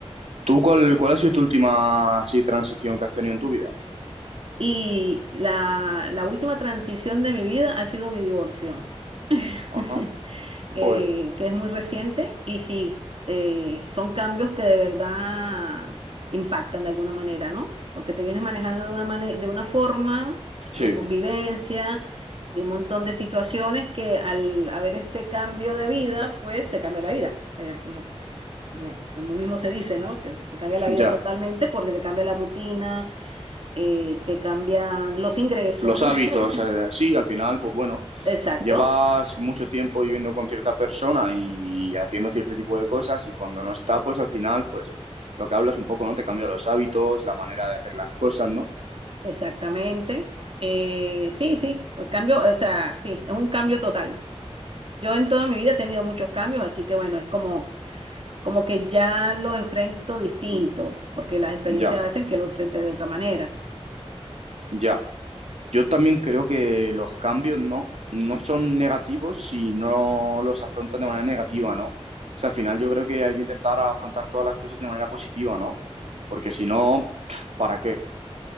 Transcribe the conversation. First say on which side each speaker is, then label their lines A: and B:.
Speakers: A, on the right; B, on the right.
A: ¿Tú cuál, cuál ha sido tu última, así, transición que has tenido en tu vida?
B: Y la, la última transición de mi vida ha sido mi divorcio, <laughs>
A: Ajá,
B: eh,
A: joder,
B: que es muy reciente y sí, eh, son cambios que de verdad impactan de alguna manera, ¿no? Porque te vienes manejando de una mane- de una forma
A: sí,
B: de convivencia, de un montón de situaciones que al haber este cambio de vida, pues te cambia la vida. Eh, como Como, como mismo se dice, ¿no? Que te cambia la
A: ya.
B: vida totalmente porque te cambia la rutina, eh, te cambian los ingresos.
A: Los hábitos,
B: <laughs>
A: eh, sí, al final, pues bueno,
B: Exacto,
A: llevas mucho tiempo viviendo con cierta persona y haciendo cierto tipo de cosas y cuando no está, pues al final, pues lo que hablas un poco, ¿no? Te cambia los hábitos, la manera de hacer las cosas, ¿no?
B: exactamente. Eh, sí, sí, el cambio, o sea, sí, es un cambio total. Yo en toda mi vida he tenido muchos cambios, así que bueno, es como, como que ya lo enfrento distinto, porque las experiencias
A: Ya,
B: hacen que lo enfrentes de otra manera.
A: ya. Yo también creo que los cambios, ¿no? No son negativos si no los afrontas de manera negativa, ¿no? O sea, al final yo creo que hay que intentar afrontar todas las cosas de manera positiva, ¿no? Porque si no, ¿para qué?